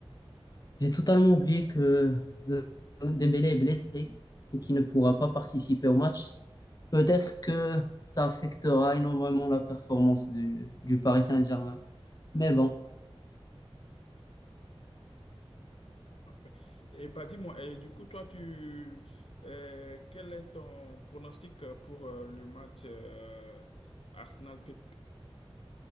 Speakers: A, on the left; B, on the left.
A: J'ai totalement oublié que de- Dembélé est blessé et qu'il ne pourra pas participer au match. Peut-être que ça affectera énormément la performance du, du Paris Saint-Germain. Mais bon,
B: Parfait. Et bah dis-moi, et du coup, toi, tu, euh, quel est ton pronostic pour euh, le match euh, arsenal G